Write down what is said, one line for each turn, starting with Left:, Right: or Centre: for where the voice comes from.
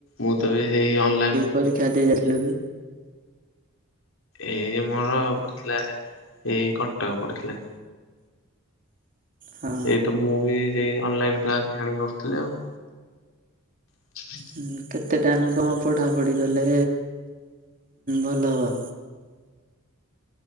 Left: ମୁଁ ତ ବି ସେଇ ଅନଲାଇନ୍।
Right: ପରୀକ୍ଷା ଦେଇ ଯାଇଥିଲୁ କି?
Left: ଏଇ ମୋର ପଡିଥିଲା ଏଇ କଟକ ପଡିଥିଲା।
Right: ହଁ
Left: ଏଇ ତ ମୁଁ ବି ସେଇ ଅନଲାଇନ୍ କ୍ଲାସ ଆଣିକି କରୁଥିଲି ଆଉ <inaudible>
Right: ହୁଁ କେତେ ଟାଇମ୍ କଣ ପଢ଼ାପଢ଼ି କଲେ ଭଲ ହବ?